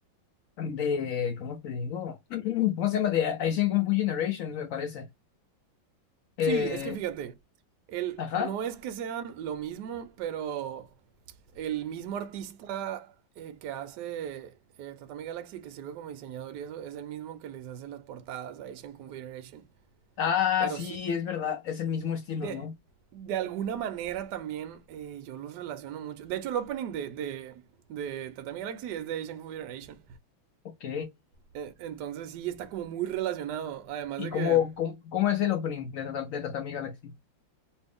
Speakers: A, on the left; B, on the right.
A: de, ¿cómo te digo? <clears throat> ¿Cómo se llama? De Asian Kung Fu Generations, me parece. Eh,
B: Sí, es que fíjate, el,
A: ajá.
B: no es que sean lo mismo, pero el mismo artista eh, que hace eh, Tatami Galaxy, que sirve como diseñador y eso, es el mismo que les hace las portadas a Asian Confederation.
A: Ah,
B: Pero
A: sí,
B: sí,
A: es verdad, es el mismo estilo,
B: De,
A: ¿no?
B: de alguna manera también eh, yo los relaciono mucho. De hecho, el opening de, de, de Tatami Galaxy es de Asian Kung Fu Generation
A: Ok.
B: Eh, entonces sí está como muy relacionado. Además
A: ¿Y
B: de
A: cómo,
B: que...
A: cómo, cómo es el opening de, Tata- de Tatami Galaxy?